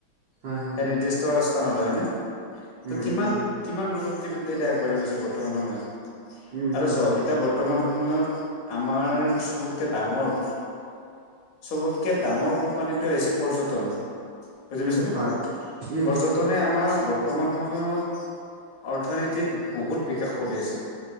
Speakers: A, on the right; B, on the left.
A: হয়, হয়,
B: সেই নিৰ্দিষ্ট স্থানলৈ না
A: উম,
B: ত কিমান
A: উম,
B: কিমান প্ৰযুক্তিবিদ্যাত এতিয়া আগবাঢ়ি গৈছে বৰ্তমান সময়ত।
A: উম,
B: আৰু
A: হয়,
B: চোৱা এতিয়া বৰ্তমান সময়ত আমাৰ চবতকে ডাঙৰ চবতকে ডাঙৰ কোম্পানীটোৱে হৈছে পৰ্যটন বুজি
A: উম,
B: পাইছে ন
A: হয়, উম,
B: পৰয টনে আমাৰ বৰ্তমান সময়ত অৰ্থনীতিত বহুত বিকাশ কৰি আছে।